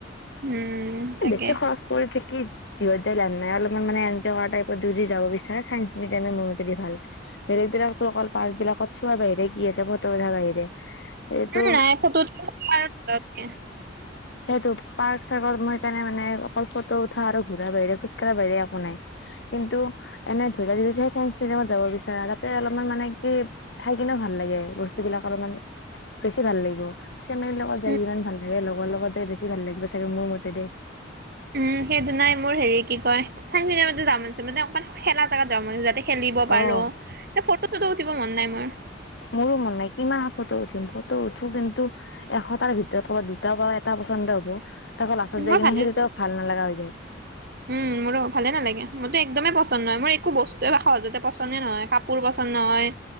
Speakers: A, on the right (about 55°); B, on the left (about 70°).
A: উম
B: এহ
A: তাকে
B: বেছি খৰচ কৰি থাকি- ভিৰত যাই লাভ নাই অলমান মানে এনজয় কৰা টাইপত যদি যাব বিচাৰা চাইন্স মিউজিয়ামে মোৰ মতে দি ভাল। বেলেগ বিলাকটো অকল পাৰ্ক বিলাকত চোৱাৰ বাহিৰে কি আছে ফটো উঠাৰ বাহিৰে এইটো
A: উম নাই ফটো <unintelligible>
B: সেইটো পাৰ্ক চাৰ্কত মই সেইকাৰণে মানে অকল ফটো উঠা আৰু ঘূৰা বাহিৰে খোজ কাঢ়া বাহিৰে একো নাই। কিন্তু এনে ধৰি লোৱা যদি চাইন্স মিউজিয়ামত যাব বিচাৰা তাতে অলপমান মানে কি চাই কিনেও ভাল লাগে ব স্তুবিলাক অলপমান বেছি ভাল লাগিব, ফেমিলিৰ লগত যাই
A: উম
B: যিমান ভাল লাগে লগৰ লগত যাই বেছি ভাল লাগিব চাগে মোৰ মতে দেই।
A: উম সেইটো নাই মোৰ হেৰি কি কয় চাইন্স মিউজিয়ামতে যাব মন আছে মানে অকণমান খেলা জাগাত যাব মন আছে যাতে খেলিব পাৰোঁ
B: অ
A: এহ ফটো চটো উঠিব মন নাই মোৰ।
B: মোৰো মন নাই কিমান আৰু ফটো উঠিম ফটো উঠো কিন্তু, এশটাৰ ভিতৰত ক'ৰবাত দুটা বা এটা পছন্দ হ'ব তাকো লাষ্টত
A: মোৰ
B: যাই কিনে
A: ভালে
B: সেই দুটাও ভাল নালগা হৈ যায়।
A: উম উম মোৰো ভালে নালাগে মোৰতো একদমেই পছন্দ নহয় মোৰ একো বস্তুৱে বা সহজতে পছন্দে নহয় কা পোৰ পছন্দ নহয়,